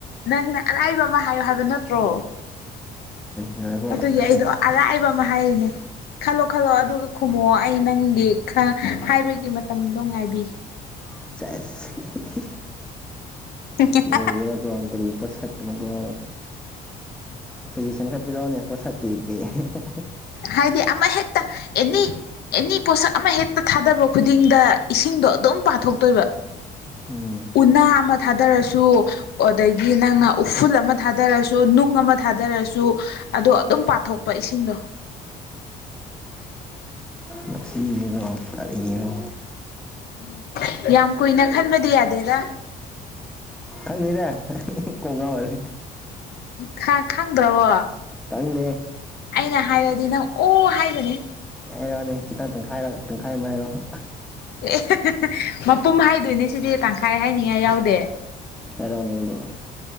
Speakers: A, on the left; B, in the centre.
A: ꯅꯪꯅ ꯑꯔꯥꯏꯕ ꯑꯃ ꯍꯥꯏꯌꯣ ꯍꯥꯏꯕ ꯅꯠꯇ꯭ꯔꯣ
B: ꯉꯥꯢꯌꯨꯀꯣ
A: ꯑꯗꯨꯒꯤ ꯑꯩꯗꯣ ꯑꯔꯥꯏꯕ ꯑꯃ ꯍꯥꯏꯔꯤꯅꯦ ꯈꯜꯂꯣ ꯈꯜꯂꯣ ꯑꯗꯨꯒ ꯈꯨꯝꯃꯛꯑꯣ ꯑꯩ ꯅꯪꯒꯤ ꯈꯔ ꯍꯥꯏꯕꯒꯤ ꯃꯇꯝꯗꯣ ꯉꯥꯏꯕꯤꯒꯦ <inaudible>
B: ꯁꯦꯁ ꯍꯤ ꯍꯤ
A: <unintelligible>
B: ꯀꯩꯒꯤꯔꯥ ꯗꯣꯡ ꯀꯔꯤ ꯄꯣꯠꯁꯛ ꯀꯣ ꯁꯖꯦꯁꯟ ꯈꯔ ꯄꯤꯔꯛꯑꯣꯅꯦ ꯄꯣꯁꯛꯀꯤ ꯀꯩ ꯑꯦꯍꯦ ꯍꯦ
A: ꯍꯥꯏꯗꯤ ꯑꯃꯍꯦꯛꯇ ꯑꯦꯅꯤ ꯑꯦꯅꯤ ꯄꯣꯠꯁꯛ ꯑꯃ ꯍꯦꯛꯇ ꯊꯥꯗꯕ ꯈꯨꯗꯤꯡꯗ ꯏꯁꯤꯡꯗꯣ ꯑꯗꯨꯝ ꯄꯥꯊꯣꯛꯇꯣꯏꯕ
B: ꯎꯝ
A: ꯎꯅꯥ ꯑꯃ ꯊꯥꯗꯔꯁꯨ ꯑꯗꯒꯤ ꯅꯪꯅ ꯎꯐꯨꯜ ꯑꯃ ꯊꯥꯗꯔꯁꯨ ꯅꯨꯡ ꯑꯃ ꯊꯥ ꯗꯔꯁꯨ ꯑꯗꯣ ꯑꯗꯨꯝ ꯄꯥꯊꯣꯛꯄ ꯏꯁꯤꯡꯗꯣ
B: ꯃꯁꯤꯁꯤꯀꯣ ꯀꯔꯤꯅꯣ
A: ꯎꯝ ꯌꯥꯝ ꯀꯨꯏꯅ ꯈꯟꯕꯗꯤ ꯌꯥꯗꯦꯗꯥ
B: ꯈꯪꯗꯦꯗꯥ ꯀꯣꯛ ꯉꯥꯎꯌꯦ
A: ꯈꯥ ꯈꯪꯗ꯭ꯔꯕꯣ
B: ꯈꯪꯗꯦ
A: ꯑꯩꯅ ꯍꯥꯏꯔꯗꯤ ꯅꯪ ꯑꯣ ꯍꯥꯏꯒꯅꯤ
B: ꯍꯥꯏꯔꯛꯑꯣꯅꯦ ꯈꯤꯇꯪ ꯇꯪꯈꯥꯏꯔ ꯇꯪꯈꯥꯏ ꯑꯃ ꯍꯥꯏꯔꯛꯑꯣ
A: ꯑꯦ ꯍꯦ ꯍꯦ ꯃꯄꯨꯝ ꯍꯥꯏꯗꯣꯏꯅꯦ ꯁꯤꯗꯤ ꯇꯪꯈꯥꯏ ꯍꯥꯏꯅꯤꯉꯥꯏ ꯌꯥꯎꯗꯦ
B: ꯍꯥꯏꯔꯛꯑꯣꯅꯦ ꯑꯗꯨꯗꯤ